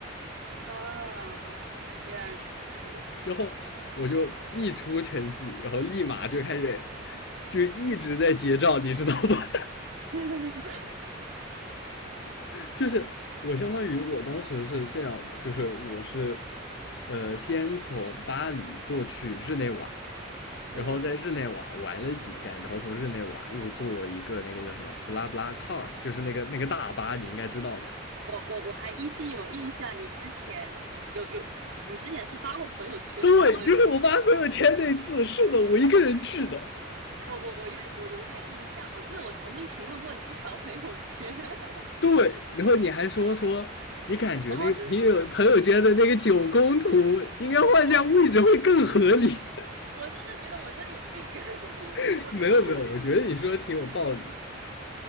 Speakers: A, on the right (about 75°); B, on the left (about 60°).
A: 啊，原来如此。
B: 然后我就一出成绩，然后立马就开始就一直在结账，你知道吧？
A: <laughs>
B: <laughs> 就是我相当于我当时是这样的，就是我是呃先从巴黎坐去日内瓦，
A: 嗯，
B: 然后在日内瓦玩了几天，然后从日内瓦又坐一个那个叫什么布拉布拉 car，就是那个那个大巴，你应该知道的。
A: 我、我、我还依稀有印象，你之前有有，你之前是发过朋友圈吗？
B: 对，
A: 我、
B: 就是我发朋友圈那次，是的，我一个人去的。
A: 我、我、我、我有我有点印象，我记得我曾经评论过你一条朋友圈。<laughs>
B: 对，然后你还说说，你感觉那个你有朋友圈的那个九宫图应该换下位置会更合理。
A: 哦，是是，哦，我就是觉得我这有病 <laughs>，
B: <laughs>
A: 我怎么
B: 没有没有，我觉得你说的挺有道理。